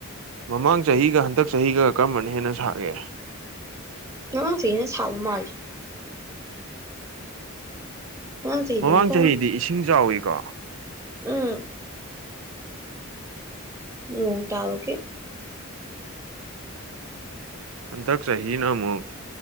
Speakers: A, on the right (about 75°); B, on the right (about 15°).
A: ꯃꯃꯥꯡ ꯆꯍꯤꯒ ꯍꯟꯗꯛ ꯆꯍꯤꯒ ꯀꯔꯝꯕꯅ ꯍꯦꯟꯅ ꯁꯥꯒꯦ
B: ꯑꯉꯥꯡꯁꯤꯩꯅ ꯁꯥꯕ ꯃꯥꯜꯂꯦ ꯉꯔꯥꯡ ꯆꯍꯤꯗꯤ
A: ꯃꯃꯥꯡ
B: ꯃꯊꯣꯡ
A: ꯆꯍꯤꯗꯤ ꯏꯁꯤꯡ ꯆꯥꯎꯏꯀꯣ
B: ꯎꯝ ꯎ ꯇꯥꯕꯒꯦ
A: ꯍꯟꯗꯛ ꯆꯍꯤꯅ ꯑꯃꯨꯛ